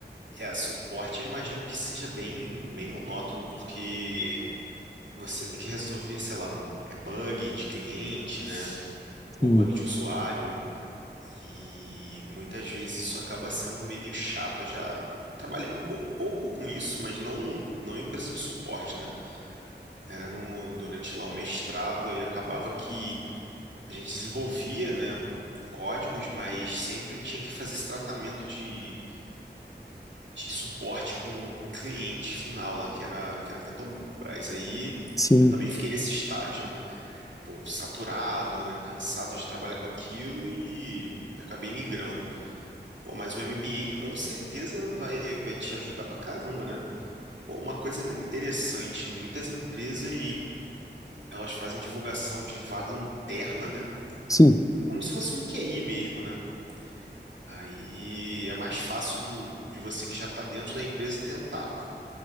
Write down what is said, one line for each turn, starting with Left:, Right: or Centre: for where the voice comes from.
Right: É, suporte eu imagino que seja bem, bem monótono, porque você tem que resolver, sei lá, é bug de cliente, né?
Left: Sim.
Right: Ou bug de usuário. E muitas vezes isso acaba sendo meio chato. Eu já trabalhei um pou- pouco com isso, mas não, não em empresa de suporte, né? Era no, durante lá o mestrado, aí acabava que a gente desenvolvia, né, códigos, mas sempre tinha que fazer esse tratamento de, de suporte com, com o cliente final lá, que era, que era Petrobras. Aí
Left: Sim,
Right: eu também fiquei nesse estágio, né? Pô, saturado, né? Cansado de trabalhar com aquilo e acabei migrando. Pô, mas o MBA com certeza vai, vai te ajudar pra caramba, né? Pô, uma coisa interessante, muitas empresas elas fazem divulgação de vaga interna, né?
Left: Sim,
Right: É como se fosse um QI mesmo, né? Aí é mais fácil do, de você que já está dentro da empresa tentar.